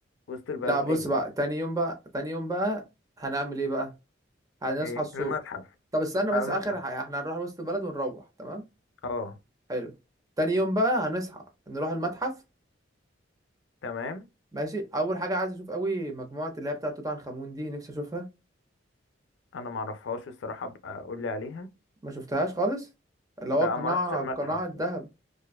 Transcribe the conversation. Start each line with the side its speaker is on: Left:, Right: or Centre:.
Left: وسط البلد
Right: لا
Left: تاني
Right: بص بقى تاني يوم بقى تاني يوم بقى هنعمل ايه بقى هنصحى
Left: إيه
Right: الصبح
Left: المتحف
Right: طب استنى
Left: على
Right: بس
Left: المتحف
Right: اخر حاجة احنا هنروح وسط البلد ونروح تمام
Left: اه
Right: حلو تاني يوم بقى هنصحى نروح المتحف
Left: تمام
Right: ماشي اول حاجة عايز اشوف قوي مجموعة اللي هي بتاعة توت عنخ امون دي نفسي اشوفها
Left: انا ما اعرفهاش الصراحه ابقى قول لي عليها
Right: ما شفتهاش خالص اللي
Left: لا
Right: هو القناع
Left: ما رحتش المتحف
Right: قناع الذهب